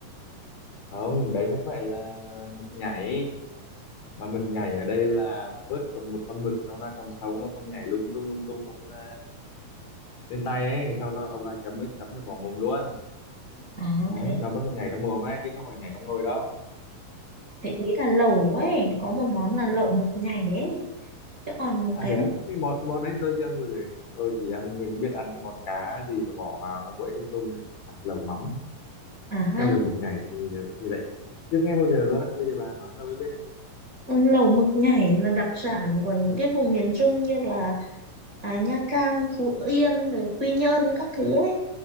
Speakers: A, on the left; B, on the right.
A: không đấy không phải là mực nhảy mà mực nhảy ở đây là vớt còn một con mực nó đang còn sống nó còn nhảy lung tung lung tung không ờ, lên tay ấy sau đó ông bà chấm nước chấm rồi bỏ mồm luôn
B: À
A: đấy
B: thế
A: nó vẫn còn nhảy trong mồm ấy chứ không phải nhảy trong nồi đâu
B: Thế ý là lẩu ấy, có một món là lẩu mực nhảy ấy. Chứ còn
A: à
B: cái
A: thế á? cái món món đấy tôi chưa ăn bao giờ tôi chỉ ăn mình biết ăn cái món cá gì mà bỏ vào nó quậy lung tung thôi à, lẩu mắm
B: à ha,
A: nhưng lẩu mực nhảy thì thì lại chưa nghe bao giờ luôn đấy bây giờ bà nói tôi mới biết đấy
B: ừ, lẩu mực nhảy là đặc sản của những cái vùng miền Trung như là à, Nha Trang, Phú Yên, rồi Quy Nhơn các thứ ấy.